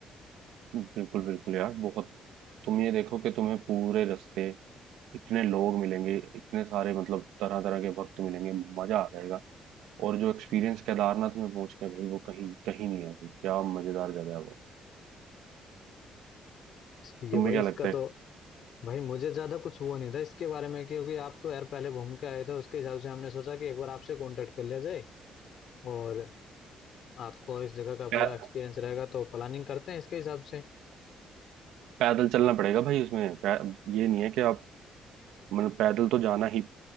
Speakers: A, on the right (about 90°); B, on the left (about 65°).
A: बिल्कुल बिल्कुल यार बहुत तुम ये देखो कि तुम्हें पूरे रास्ते इतने लोग मिलेंगे इतने सारे मतलब तरह तरह के भक्त मिलेंगे मजा आ जाएगा और जो एक्सपीरियंस केदारनाथ में पहुंच के भाई वो कहीं कहीं नहीं है भाई क्या मजेदार जगह है वो
B: ये
A: तुम्हें
B: भाई
A: क्या
B: इसका
A: लगता
B: तो
A: है
B: भाई मुझे ज्यादा कुछ वो नहीं था इसके बारे में क्योंकि आप तो यार पहले घूम के आए थे उसके हिसाब से हमने सोचा कि एक बार आपसे कांटेक्ट कर लिया जाए और आपको इस जगह का
A: पै-
B: पूरा एक्सपीरियंस रहेगा तो प्लानिंग करते हैं इसके हिसाब से
A: पैदल चलना पड़ेगा भाई उसमें पै- ये नहीं है कि आप मतलब पैदल तो जाना ही